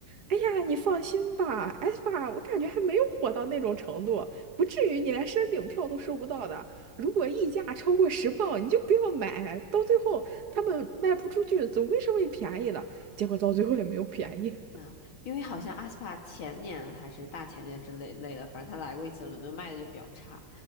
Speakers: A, on the right; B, on the left.
A: 哎呀，你放心吧 s p 我感觉还没有火到那种程度，不至于你连山顶票都收不到的。如果溢价超过十磅，你就不要买，到最后他们卖不出去，总归是会便宜的。结果到最后也没有便宜。
B: 嗯，因为好像阿斯帕前年还是大前年之类类的，反正他来过一次伦敦，卖的就比较差，